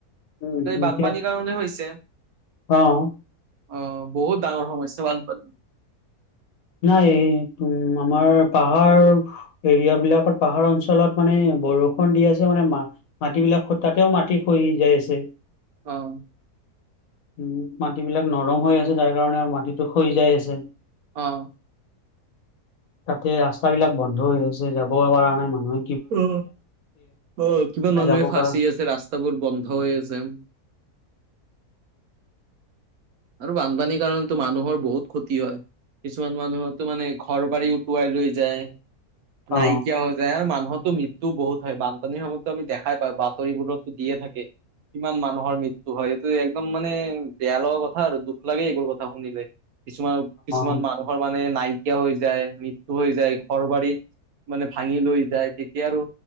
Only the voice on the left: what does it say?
উম
এতিয়া-
অঁ'
নাই এই উম আমাৰ পাহাৰ- এৰিয়া বিলাকত পাহাৰ অঞ্চলত মানে বৰষুণ দি আছে মানে মা- মাটিবিলাকত তাতেও মাটি খহি যাই আছে।
উম' মাটি বিলাক নৰম হৈ আছে তাৰ কাৰণে মাটিটো খহি যাই আছে।
তাতে ৰাস্তাবিলাক বন্ধ হৈ আছে যাব পৰা নাই মানুহ
তাতে
যাব
পৰা
অ
অ